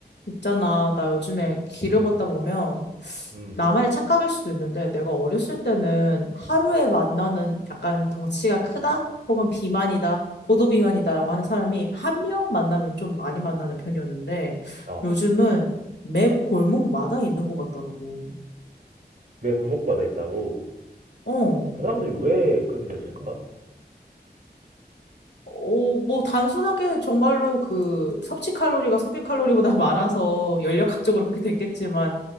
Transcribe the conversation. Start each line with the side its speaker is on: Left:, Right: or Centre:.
Left: 있잖아, 나 요즘에 길을 걷다 보면
Right: 음,
Left: 나만의 착각일 수도 있는데 내가 어렸을 때는 하루에 만나는 약간 덩치가 크다 혹은 비만이다 고도비만이다라고 하는 사람이 한 명 만나면 좀 많이 만나는 편이었는데
Right: 어,
Left: 요즘은 매 골목마다 있는 것 같더라고.
Right: 내 골목바다에 있다고.
Left: 어.
Right: 그 사람들이 왜 그렇게 됐을까?
Left: 어, 뭐, 단순하게 정말로 그 섭취 칼로리가 소비 칼로리보다 <laughs> 많아서 연력학적으로 그렇게 됐겠지만